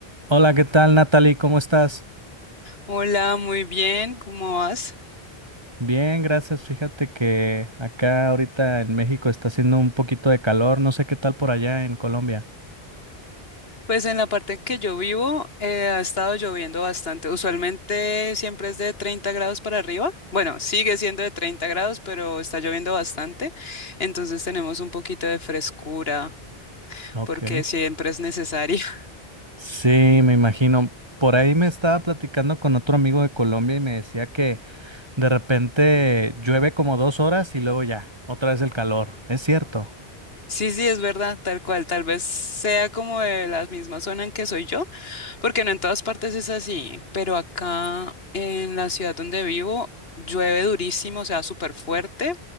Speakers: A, on the right; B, on the left.
A: Hola, ¿qué tal, Natalie? ¿Cómo estás?
B: Hola, muy bien, ¿cómo vas?
A: Bien, gracias. Fíjate que acá ahorita en México está haciendo un poquito de calor. No sé qué tal por allá en Colombia.
B: Pues en la parte en que yo vivo eh, ha estado lloviendo bastante. Usualmente siempre es de 30 grados para arriba. Bueno, sigue siendo de 30 grados, pero está lloviendo bastante. Entonces tenemos un poquito de frescura
A: Ok.
B: porque siempre es necesario. <laughs>
A: Sí, me imagino. Por ahí me estaba platicando con otro amigo de Colombia y me decía que de repente llueve como dos horas y luego ya, otra vez el calor. ¿Es cierto?
B: Sí, sí, es verdad, tal cual. Tal vez sea como de la misma zona en que soy yo. Porque no en todas partes es así, pero acá en la ciudad donde vivo llueve durísimo, o sea, súper fuerte